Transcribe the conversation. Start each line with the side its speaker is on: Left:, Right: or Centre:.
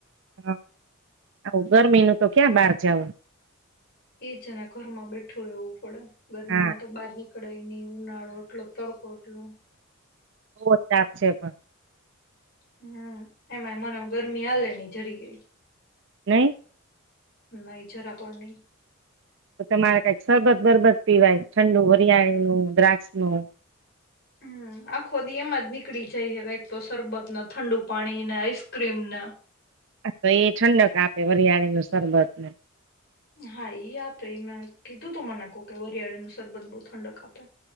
Right: હા આવું ગરમીનું તો ક્યાં બાર જવું.
Left: એજના ઘરમાં બેઠું રહેવું પડે. ગરમીમાં
Right: હા
Left: તો બારી નીકળાય નહીં. ઉનાળો એટલો તડ ઓટલો.
Right: બો તાપ છે, પણ.
Left: હમ એમાંય મને ગરમી આલે ની જરી ગઈ.
Right: નહી.
Left: નેચર આપણની.
Right: તો તમારે કંઈક શરબત બરબત પીવાય ઠંડુ હરિયાળીનું દ્રાક્ષ નું.
Left: હમ આખો <unintelligible> એમાં જ નીકળી જાય યે કંઈક તો સરરબત ઠંડુ પાણીને આઈસ્ક્રીમના.
Right: હા તો એ ઠંડક આપે <unintelligible> નું શરબત ને.
Left: હા ઈ આપે મેં કીધું તો મને કોહ કે વરિયાળી નું સરરબત બો ઠંડક આપે.